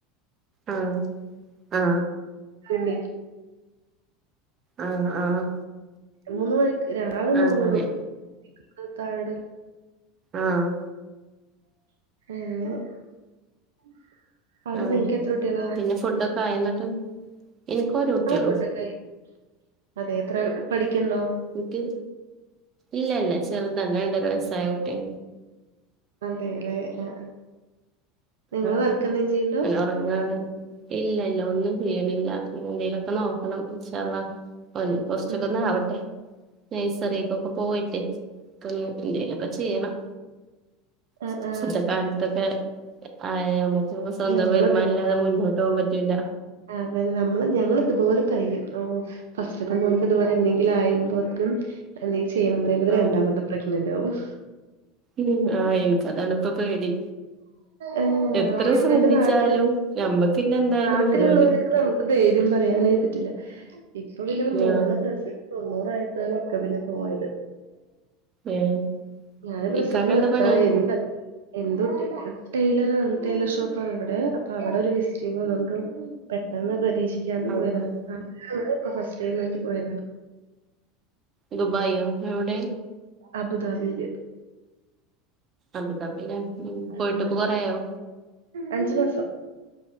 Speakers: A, on the right (about 35°); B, on the right (about 75°).
A: ആ ആ
B: പിന്നെ
A: ആ ആഹ്
B: മൂന്ന് മണിക്ക് രണ്ടാ മൂന്നിടുംപിന്നെ
A: അങ്ങനെ
B: താഴ ഇടും
A: ആഹ്
B: <unintelligible> അവിടെ
A: ആ
B: നിങ്ങക്ക് എത്ര കുട്ടികളാ
A: പിന്നെ ഫുഡൊക്കെ ആയൊന്നിട്ട്, എനിക്ക് ഒരു കുട്ടിയേള്ളു.
B: ആ ഫുഡൊക്കെ ആയി അതെ എത്ര പഠിക്ക്ണ്ടോ?
A: എനിക്ക് ഇല്ല ഇല്ല ചെറുതാണ് രണ്ടര വയസായ കുട്ടി.
B: അതേല്ലേ? ആ നിങ്ങള്
A: അ
B: വർക്ക് എന്തേം ചെയ്യണ്ടോ
A: അല്ല ഉറങ്ങാണ്. ഇല്ല ഇ ഒന്നും ചെയ്യ്ണില്ല. എന്തേലൊക്കെ നോക്കണം. യാഅള്ളാ ഓന് കൊറച്ചൊക്കൊന്നാവട്ടെ.
B: ഉം ഉം
A: നൈസറിക്കൊക്കെ പോയിട്ടേ. ക്കൊ എന്തെലൊക്കെ ചെയ്യണം.
B: ആ
A: സ്
B: ആ
A: സ് സ്ഥാനത്തൊക്കെ ആ അയമുക്ക് പൊ സ്വന്തം
B: ഞമ്മള്
A: വരുമാനല്ലാതെ മുന്നോട്ട് പോകൻ പറ്റൂല്ല.
B: അതെന്നെ നമ്മള് ഞങ്ങള് ഇതുപോലെ പയും ഓ ഫസ്റ്റ്ത്തെ മോനക്ക് ഇതുപോലെ എന്തെങ്കിലു ആയുമ്പോത്തിനും എന്തെ ചെയ്യണം പറയുമ്പത്തിനും
A: ആഹ്
B: രണ്ടാമത്തെ പ്രഗ്നൻ്റ ആവും.
A: ഉം ആ എനിക്ക് അതാണ്പ്പൊ പേടി.
B: ഏഹ്
A: എത്ര
B: ഹസ്ബൻ്റ
A: ശ്രദ്ധിച്ചാലും
B: നാട്ടിൽ.
A: ഞമ്മക്കില്ല എന്തായാലും
B: നാട്ടിലുള്ളവർക്ക്
A: വരുല്ലോ
B: നമുക്ക് ധൈര്യം പറയാനേ പറ്റില്ല ഇപ്പൊ പിന്നെ മോളിനെ
A: ആഹ്
B: പ്രസവിച്ച് തൊണ്ണൂറയപ്പഴാണ് ഇക്ക പിന്നെ പോയത്.
A: ഏഹ്
B: ഞാന് പ്രസവം
A: ഇക്കാക്ക്
B: നിർത്തായി
A: എന്താ പണി
B: എന്താ എന്തോ ടെ ടെയ്‌ലറാണ് ടെയ്ലർ ഷോപ്പാണ് ഇവിടെ അപ്പൊ അവിടെ ഒരു വിസിറ്റിംഗ് വന്നൊണ്ട്. പെട്ടെന്ന് പ്രതീക്ഷിക്കാണ്ട്
A: ആഹ്
B: പോയതാ.
A: ആഹ്
B: ഇപ്പോ ഫസ്റ്റ് ടൈം ആയിട്ട് പോയതാ.
A: ദുബായോ. എവിടെ?
B: അബുദാബിയില്.
A: അബുദാബിയിലാ ഉം പോയിട്ട്
B: അഞ്,
A: ഇപ്പൊ കൊറേയായോ
B: അഞ്ചു മാസം.